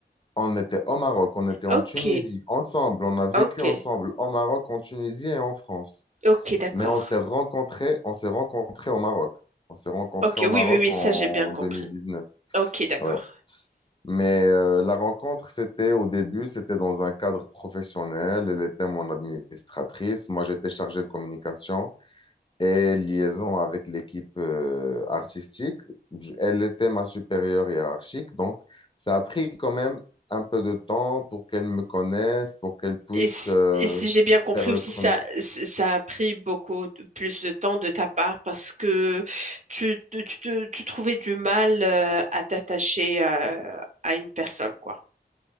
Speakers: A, on the left; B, on the right.
A: On était au Maroc, on était en
B: Ok,
A: Tunisie, ensemble, on a vécu
B: ok,
A: ensemble au Maroc, en Tunisie et en France.
B: ok, d'accord.
A: Mais on s'est rencontrés, on s'est rencontrés au Maroc. On s'est rencontrés
B: Ok,
A: au Maroc
B: oui, oui, oui,
A: en
B: ça j'ai bien compris.
A: 2019.
B: Ok, d'accord.
A: Ouais. Mais euh, la rencontre, c'était au début, c'était dans un cadre professionnel. Elle était mon administratrice. Moi, j'étais chargé de communication et liaison avec l'équipe euh, artistique. J- Elle était ma supérieure hiérarchique. Donc, ça a pris quand même un peu de temps pour qu'elle me connaisse, pour qu'elle puisse
B: Et, s-
A: euh,
B: et si j'ai bien compris
A: faire le
B: aussi,
A: premier.
B: ça, c- ça a pris beaucoup de- plus de temps de ta part parce que tu, tu, tu te- tu trouvais du mal euh, à t'attacher euh, à une personne, quoi.